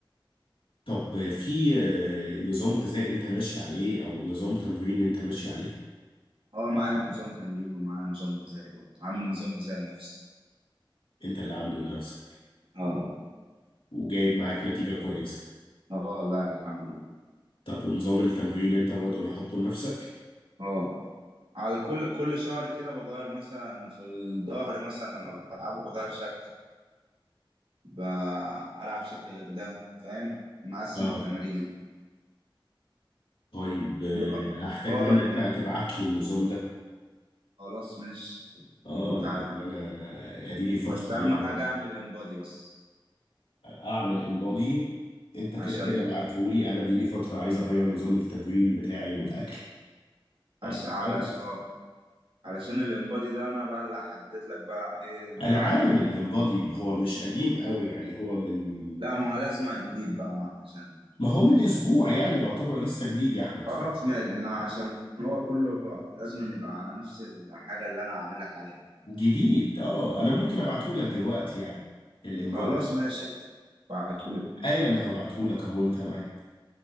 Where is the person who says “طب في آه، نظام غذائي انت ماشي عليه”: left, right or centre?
Left